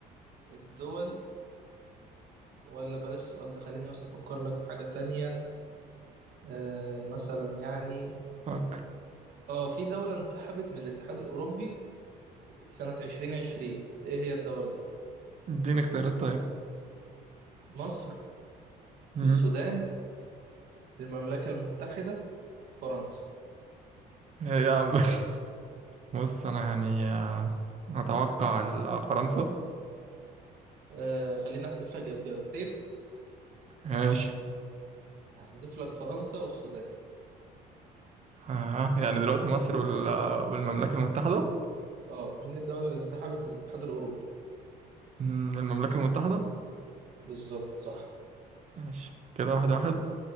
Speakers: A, on the right; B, on the right.
A: الدول ولا بلاش السؤال ده خليني بس افكر لك في حاجة تانية آه مثلا يعني
B: فكر
A: اه في دولة انسحبت من الاتحاد الاوروبي سنة 2020 ايه هي الدولة دي
B: اديني اختيارات طيب
A: مصر
B: مم.
A: السودان المملكة المتحدة فرنسا
B: يا عم <laughs> بص انا يعني آه، اتوقع ال- آه، فرنسا
A: آه خليني احذف لك إجابتين
B: ماشي
A: احذف لك فرنسا والسودان
B: آه يعني دلوقتي مصر وال- آه، والمملكة المتحدة
A: اه مين الدولة اللي انسحبت من الاتحاد الأوروبي
B: مم، المملكة المتحدة
A: بالظبط صح
B: ماشي كده واحد واحد